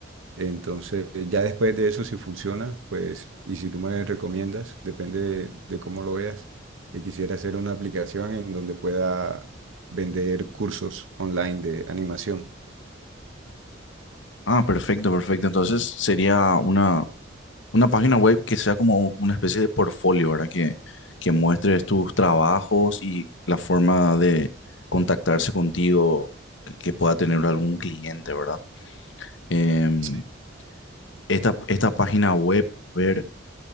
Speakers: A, on the right (about 75°); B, on the left (about 65°).
A: Entonces, ya después de eso, si funciona, pues, y si tú me recomiendas, depende de, de cómo lo veas, que quisiera hacer una aplicación en donde pueda vender cursos online de animación
B: Ah, perfecto, perfecto. Entonces sería una, una página web que sea como una especie de portfolio, ¿verdad? Que, que muestres tus trabajos y la forma de contactarse contigo que, que pueda tener algún cliente, ¿verdad? Em,
A: Sí.
B: esta, esta página web, ver,